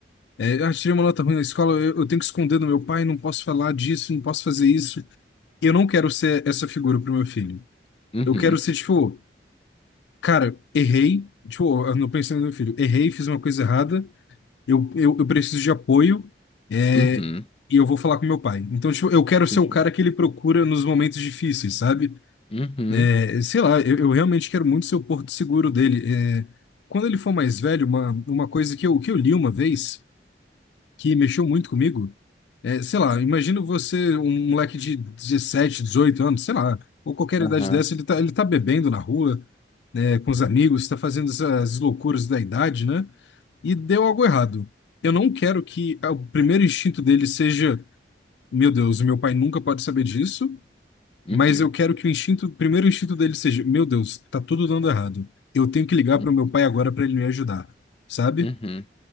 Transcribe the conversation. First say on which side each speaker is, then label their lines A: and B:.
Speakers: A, on the left; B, on the left.
A: É, ah, tirei uma nota ruim na escola, eu, eu tenho que esconder do meu pai, não posso falar disso, não posso fazer isso eu não quero ser essa figura pro meu filho.
B: Uhum,
A: Eu quero ser, tipo, cara, errei, tipo, eu não pensei no meu filho, errei, fiz uma coisa errada, eu, eu, eu preciso de apoio, é,
B: uhum,
A: e eu vou falar com meu pai. Então, tipo, eu quero ser
B: entendi.
A: o cara que ele procura nos momentos difíceis, sabe?
B: Uhum,
A: É, sei lá, eu, eu realmente quero muito ser o porto seguro dele. É, quando ele for mais velho, uma, uma coisa que eu, que eu li uma vez que mexeu muito comigo. É, sei lá, imagino você, um moleque de 17, 18 anos, sei lá, ou qualquer
B: aham,
A: idade dessa, ele tá, ele tá bebendo na rua, né, com os amigos, tá fazendo essas loucuras da idade, né? E deu algo errado. Eu não quero que ah, o primeiro instinto dele seja, meu Deus, meu pai nunca pode saber disso,
B: uhum,
A: mas eu quero que o instinto, o primeiro instinto dele seja, meu Deus, tá tudo dando errado. Eu tenho que ligar
B: uhum,
A: para o meu pai agora para ele me ajudar, sabe?
B: uhum,